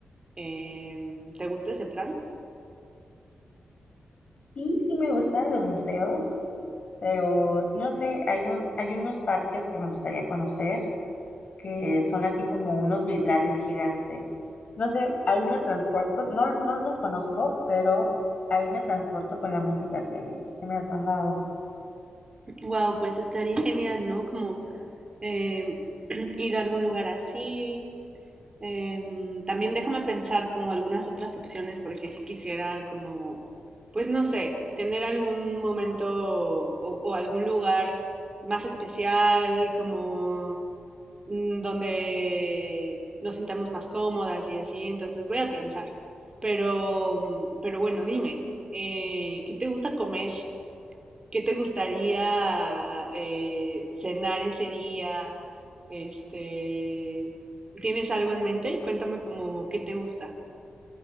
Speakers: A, on the right (about 30°); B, on the left (about 55°).
A: em, te gusta ese plan.
B: Sí, sí me gustan los museos, pero no sé, hay un, hay unos parques que me gustaría conocer que son así como unos vitrales gigantes. No sé, ahí me transporto, no, no los conozco, pero ahí me transporto con la música que, que me has mandado.
A: Wow, pues estaría genial, ¿no? Como eh, <clears throat> ir a algún lugar así. Eh, también déjame pensar como algunas otras opciones porque si sí quisiera como, pues no sé, tener algún momento o, o algún lugar más especial, como mm, donde nos sintamos más cómodas y así, entonces voy a pensar. Pero, mm, pero bueno, dime, eh, ¿qué te gusta comer? ¿Qué te gustaría eh, cenar ese día? Este, ¿tienes algo en mente? Cuéntame como qué te gusta.